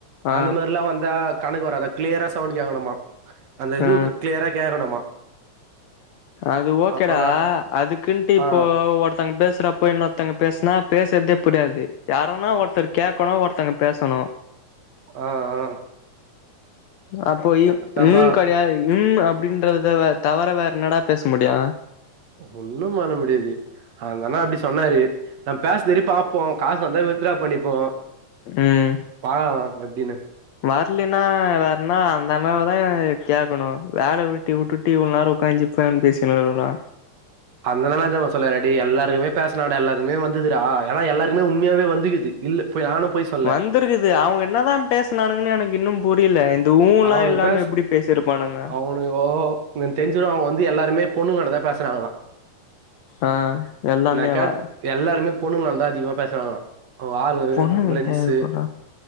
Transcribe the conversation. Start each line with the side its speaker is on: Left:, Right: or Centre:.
Left: ஆ
Right: அந்த மாரிலா வந்தா கா க்கு வராதா க்ளியரா சவுண்ட் கேக்கணுமா அந்த இதுவுக்
Left: ஆ
Right: க்ளியரா கேக்கணுமா
Left: அது ஓகேடா
Right: அப்பதான்
Left: அதுக்குன்ட்டு இப்போ
Right: ஆ
Left: ஒர்த் ங்க பேசுறப்ப இன்னொருத்தங்க பேசுனா பேசறதே புரியாது யாரனா ஒருத்தர் கேட்கணு ஒருத்தங்க பேசணு ஆ
Right: ஆ ஆ
Left: அப்ப வ்
Right: அதான்பா
Left: ம் கெடையாது ம் அப்படின்றத தவற வேற என்னடா பேச முடியு
Right: ஒன்னு பண்ண முடியாது அந்தண்ணா அப்டி சொன்னாரு நா பேச சரி பாப்போ காசு வந்தா வித்ரா பண்ணிப்போ
Left: ம்
Right: பாழலா எப்டின்னு
Left: வரலன்னா வேறன்னா அந்த அண்ணாவ தா கேக்கணு வேல வெட்டி விட்டுட்டு இவ்ளோ நேர உக்காஞ்சி இப்பான் பேசினுருக்குறோ
Right: அந்ததன்னா ராஜா சொல்லல டேய் எல்லாருக்குமே பேசினடா எல்லாருக்குமே வந்துது ஆனா எல்லாருக்குமே உண்மையாவே வந்துக்குது இல்ல போய் நானு பொய் சொல்ல
Left: வந்திருக்குது அவங்க என்னதா பேசனானுங்கன்னு எனக்கு இன்னு புரியல ஊல்லா
Right: அவனு
Left: இல்லாம
Right: பேச
Left: எப்டி பேசிருப்பானுங்க
Right: அவனுங்கோ தெரிஞ்சது அவங்க வந்து எல்லாருமே பொண்ணுங்கலாண்டதா பேசுராங்களா
Left: ஆ எல்லாமேவா
Right: நா கேட் எல்லாருமே பொண்ணுங்கலாண்டதா அதிகமா பேசறாங்களா உ ஆளு
Left: பொண்ணுங்கிட்ட
Right: ஃப்ரெண்ஸ்
Left: எப்புட்றா